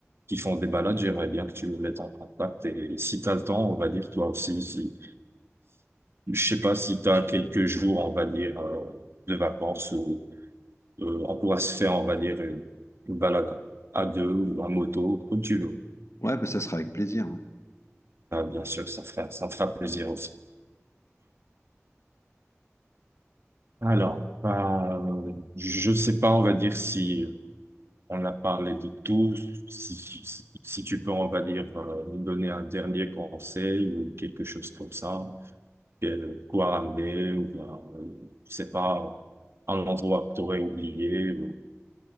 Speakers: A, on the right (about 55°); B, on the left (about 70°).
A: qui font des balades, j'aimerais bien que tu me mettes en contact. Et si tu as le temps, on va dire, toi aussi, si, Je sais pas si tu as quelques jours, on va dire, euh, de vacances ou euh, on pourra se faire, on va dire, une, une balade à deux ou en moto, comme tu veux.
B: ouais, bah, ça sera avec plaisir. ouais.
A: Ah, bien sûr, ça fera, ça fera plaisir aussi. Alors, euh, je sais pas, on va dire si on a parlé de tout, si, si, si tu peux, on va dire, euh, nous donner un dernier conseil ou quelque chose comme ça, quel- quoi ramener ou, ben, euh, je sais pas, un endroit que tu aurais oublié. ou-